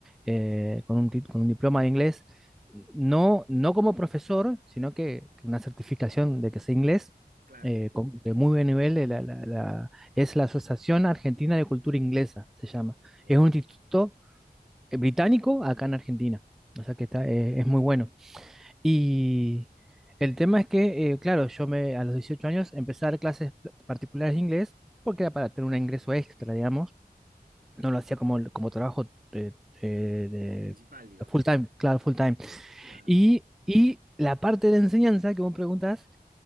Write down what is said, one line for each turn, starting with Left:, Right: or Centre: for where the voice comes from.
Centre: eh, con un, tit- con un diploma de inglés. No, no como profesor, sino que, que una certificación de que sé inglés
Right: Claro.
Centre: eh, con- de muy buen nivel. eh, la- la- la- es la Asociación Argentina de Cultura Inglesa, se llama.
Right: Oh,
Centre: Es un instituto
Right: ya.
Centre: eh, británico acá en Argentina. O sea que está, eh, es muy bueno. Y el tema es que, eh, claro, yo me, a los 18 años empecé a dar clases particulares de inglés porque era para tener un ingreso extra, digamos. No lo hacía como, como trabajo eh, eh,
Right: Principal, digamos.
Centre: de full time, claro, full time.
Right: Claro.
Centre: Y, y la parte de enseñanza que vos preguntás